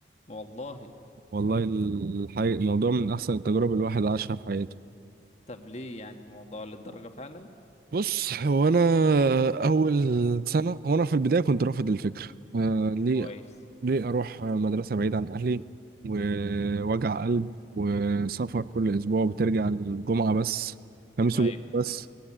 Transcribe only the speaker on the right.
والله الحقيقة الموضوع من احسن التجارب الواحد عاشها في حياته
بص هو انا اول سنه هو انا في البدايه كنت رافض الفكره آه ليه
ليه اروح مدرسه بعيد عن اهلي ووجع قلب وسفر كل اسبوع وبترجع الجمعه بس خميس
وجمعه بس